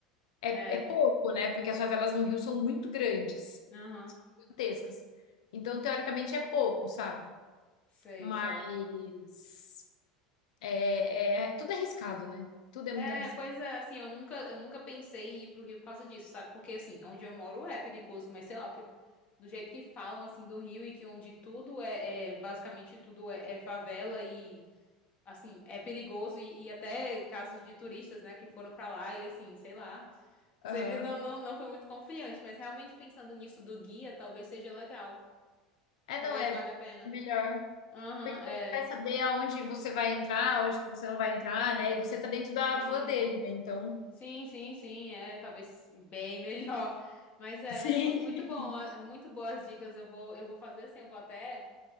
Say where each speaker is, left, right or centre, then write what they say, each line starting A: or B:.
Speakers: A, on the left (about 70°); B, on the left (about 40°).
A: É,
B: é,
A: é pouco, né? Porque as favelas no Rio são muito grandes,
B: aham,
A: gigantescas. Então, teoricamente, é pouco, sabe?
B: sei,
A: Mas
B: certo.
A: é, é- é, tudo é arriscado, né? Tudo é muito
B: É,
A: arriscado.
B: pois é, assim, eu nunca, eu nunca pensei em ir pro Rio por causa disso, sabe? Porque, assim, onde eu moro é perigoso, mas sei lá, o que, do jeito que falam, assim, do Rio e que onde tudo é, é- basicamente tudo é, é favela e, assim, é perigoso e, e até casos de turistas, né, que foram pra lá e, assim, sei lá. Sempre
A: Aham.
B: não, não, não foi muito confiante, mas realmente pensando nisso do guia, talvez seja legal.
A: É,
B: Talvez
A: não, é,
B: valha a pena.
A: é melhor.
B: Aham,
A: Porque
B: é.
A: ele vai saber aonde você vai entrar, aonde que você não vai entrar, né? E você tá dentro da
B: Sim.
A: van dele, né? Então.
B: Sim, sim, sim, é, talvez bem <laughs> melhor. Mas é,
A: Sim.
B: mas muito, muito bom, ah, muito boas dicas. Eu vou, eu vou fazer assim, eu vou até,